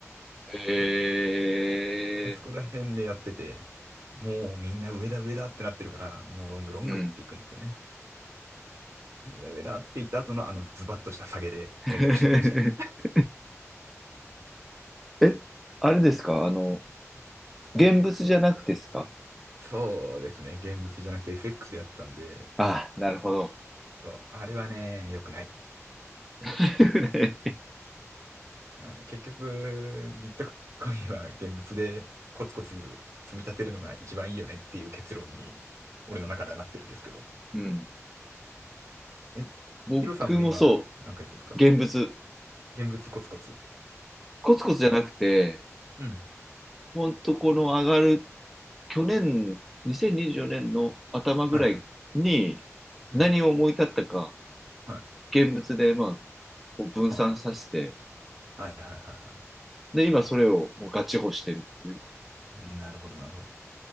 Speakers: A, in the centre; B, on the right.
A: え
B: あそこら辺でやってて、もうみんな上だ上だってなってるから、もうロングロングっていくんですよね。
A: ー。うん。
B: 上だ上だって言った後のあのズバッとした下げで全部失いましたね。
A: <laughs> え、あれですかあの、現物じゃなくてですか
B: そうですね。現物じゃなくて FX でやってたんで、
A: ああ、なるほど。
B: そう、あれはね、良くない。
A: <laughs>
B: あのね、結局、ビットコインは現物でコツコツ積み立てるのが一番いいよねっていう結論に、俺の中ではなってるんですけど。
A: うん。
B: え、
A: 僕もそ
B: ヒロさんは今、なんかやってるんですか
A: う。現物。
B: 現物コツコツ。
A: コツコツじゃなくて、
B: うん。
A: ほんとこの上がる去年、2024年の頭ぐらいに何を思い立ったか、
B: はいはい。うん。はい。
A: 現物で、まあ、こう分散させて、
B: はい。はいはいはいは
A: で、今それをもうガチホしてるっていう。
B: い。なるほどなるほど。